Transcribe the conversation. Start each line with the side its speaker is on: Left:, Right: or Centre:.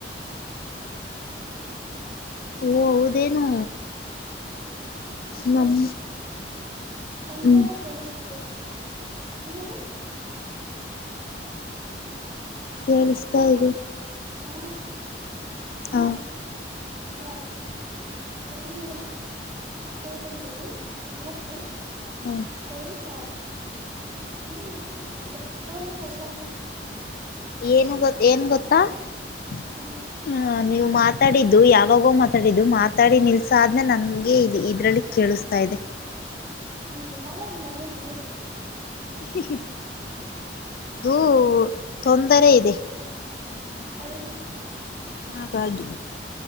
Left: ಓ ಹೌದೇನು. ನಮ್
Right: ಹ ಇವಾಗ
Left: ಹ್ಮ್
Right: ಕೆಳಸ್ತಿದೆ ನಿಮಗೆ.
Left: ಕೇಳಿಸ್ತಾ ಇದೆ.
Right: ಹಾ ನಮ್
Left: ಹ
Right: <unintelligible> <unintelligible> ವಸತಿನಿಲಯದಲ್ಲಿ ಇವತ್ತು
Left: ಹ್ಮ್
Right: ಕೋಳಿ ಸಾರು ಹ್ಮ್ <unintelligible>
Left: ಏನು ಗೊ ಏನ್ ಗೊತ್ತಾ ಹು.
Right: ಹ್ಮ್
Left: ನೀವು ಮಾತಾಡಿದ್ದು ಯಾವಾಗೋ ಮಾತಾಡಿದ್ದು ಮಾತಾಡಿ ನಿಲ್ಸ್ ಆದ್ಮೇ ನನಗೆ ಇ ಇದ್ರಲ್ಲಿ ಕೇಳಿಸ್ತಾ ಇದೆ.
Right: ಹ್ಮ್ ಪರವಾಗಿಲ್ಲ ಹೇಳಿ ಹೇಳಿ.
Left: ಹಾ ಹಾ ಅದು ತೊಂದರೆ ಇದೆ.
Right: ಹೌದು
Left: ಹಾಗಾಗಿ,